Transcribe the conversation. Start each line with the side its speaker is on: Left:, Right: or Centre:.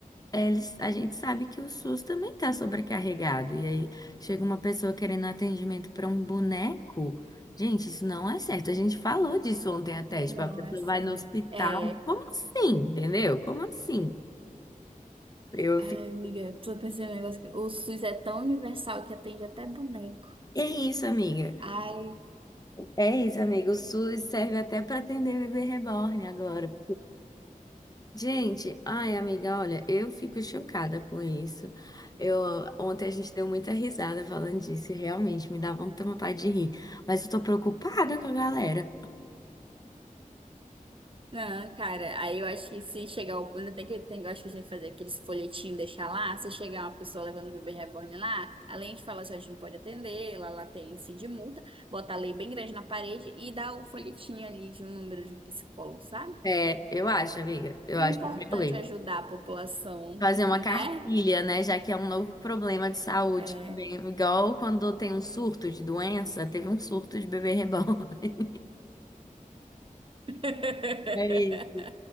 Left: eles, a gente sabe que o SUS também está sobrecarregado. E aí chega uma pessoa querendo atendimento para um boneco. Gente, isso não é certo. A gente falou disso ontem até, tipo,
Right: Não,
Left: a pessoa
Right: é sério.
Left: vai no hospital.
Right: É.
Left: Como assim? Entendeu? Como assim? Eu
Right: Ai,
Left: fico.
Right: amiga, tô pensando em um negócio que o SUS é tão universal que atende até boneco.
Left: É isso, amiga.
Right: Ai.
Left: É isso, amigo. O SUS serve até para atender bebê reborn agora. Gente, ai, amiga, olha, eu fico chocada com isso. Eu, ontem a gente deu muita risada falando disso, e realmente me dá muita vontade de rir. Mas eu tô preocupada com a galera.
Right: Não, cara, aí eu acho que se chegar o. Ainda tem que, tem, eu acho que a gente tem que fazer aqueles folhetinhos, deixar lá. Se chegar uma pessoa levando o bebê reborn lá, além de falar assim, a gente não pode atender, lá, lá tem índice de multa, bota a lei bem grande na parede e dá o folhetinho ali de um número de um psicólogo, sabe?
Left: É, eu acho, amiga, eu
Right: Que
Left: acho
Right: é importante
Left: realmente.
Right: ajudar a população,
Left: Fazer uma
Right: né?
Left: cartilha, né? Já que é um novo problema de saúde
Right: É.
Left: que vem, igual quando tem um surto de doença, teve um surto de bebê reborn. <laughs>
Right: <laughs>
Left: É isso.